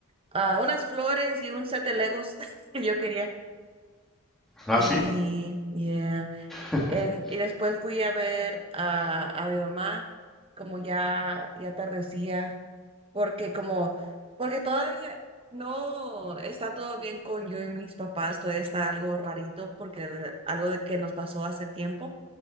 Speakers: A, on the right (about 25°); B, in the centre.
A: ah, unas flores y un set de Legos <laughs> que yo quería.
B: Ah,
A: Y,
B: sí.
A: yeah.
B: <laughs>
A: En- y después fui a ver a, a mi mamá, como ya, ya atardecía. porque como, porque todavía no está todo bien con yo y mis papás, todavía está algo rarito porque de- algo de que nos pasó hace tiempo